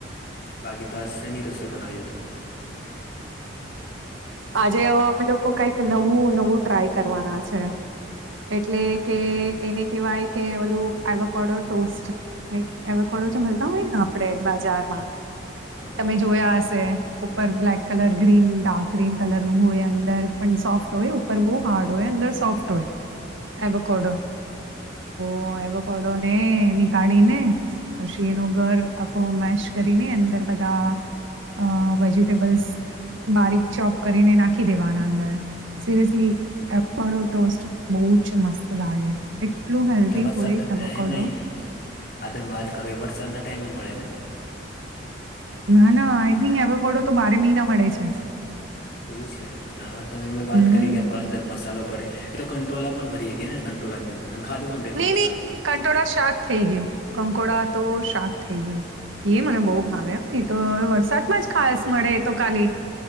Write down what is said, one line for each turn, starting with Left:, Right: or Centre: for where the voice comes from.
Left: બાકીત આજ શેની રસોઈ બનાઈયો તમે?
Right: આજે અમે લોકો કઈક નવું નવું ટ્રાય કરવાના છે એટલે કે એને કેવાય કે ઓલું આવાકડો ટોસ્ટ ને એવકોડો જે મલતા હોય ને આપડે બા જાર માં
Left: હા હા
Right: તમે જોયા હશે ઉપર બ્લેક કલર ગ્રીન ડા ગ્રીન કલર નું હોય અંદર પણ સોફ્ટ હોય ઉપર બહુ હાર્ડ હોય અંદર સોફ્ટ હોય એવોકોડો
Left: <inaudible>
Right: હો એવો કોડો ને ની કાળી ને પછી એનો ઘર આખો મેશ કરીને અંદર બધા અ વેજીિટેબલ્સ બારીક ચોપ કરીને નાખી દેવાના અંદર. સીરિયસલી એપણો ટોસ્ટ બહુ જ મસ્ત લાગે. એટલું હેલ્દી
Left: એટલે વરસાદ
Right: હોય એેવોકોડો.
Left: એ નહી આ તમે વાત કરો એ વરસાદ ના ટાઈમે મળે ને?
Right: ના-ના આઈ થિંક એવોકોડો તો બારે મહિના મળે છે.
Left: એવું છે, ના તમે મેં વાત
Right: હમ્મ.
Left: કરી કે બંદર મસાલો ભરે તો કંટોલા પણ ભરી હકીએને કંટોલા ની અંદ ખાધું કંટેલોનું
Right: નહીં, નહીં
Left: શાક.
Right: કંટોળા શાક થઈ ગયું કંકોળા તો શાક થઈ ગયું. એ મને બહુ ભાવે હે એ તો હવે વરસાદમાં જ ખાસ મળે એ તો ખાલી.